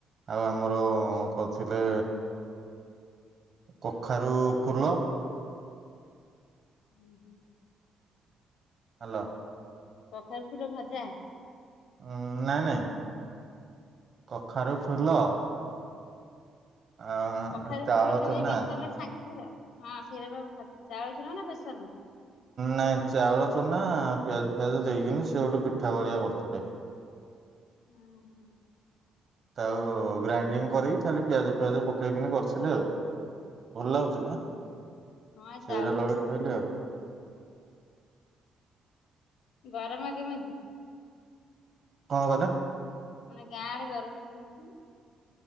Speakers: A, on the right; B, on the left.
A: ଆଉ ଆମର କରଥିଲେ? କଖାରୁ ଫୁଲ,
B: ହୁଁ ହୁଁ।
A: ହ୍ୟାଲୋ।
B: କଖାରୁ ଫୁଲ ଭଜା।
A: ଉଁ ନାଇଁ ନାଇଁ କଖାରୁ ଫୁଲ ଆ
B: କଖାରୁ
A: ଚାଉଳ
B: ଫୁଲ କେମିତି
A: ଚୁନା
B: ବେସନ ଲେ ଛାଙ୍କିଥିଲ? ହଁ, ସେରାପା ଭା ଚାଉଳ ଚୁନା ନା ବେସନ?
A: ନାଇଁ ଚାଉଳ ଚୁନା ପିଆଜ ଫିଆଜ ଦେଇକିନି, ସେ ଗୋଟେ ପିଠା ଭଳିଆ କରିଥିଲେ।
B: <inaudible> ଓହୋ।
A: ଆଉ ଗ୍ରାଇଣ୍ଡିଙ୍ଗ କରିକି, ଖାଲି ପିଆଜ ଫିଆଜ ପକେଇକିନି କରିଥିଲେ ଆଉ। ଭଲ ଲାଗୁଥିଲା।
B: ହଁ ଏଇ
A: ସେଇରା
B: ଚାଉଳରେ
A: ଲଗେଇକି
B: କର।
A: ଖାଇଲି ଆଉ।
B: ବାରମା କେମିତି?
A: କଣ କଲ?
B: ମାନେ, ଗାଁ ଆଡେ ଗରମ କେମିତି?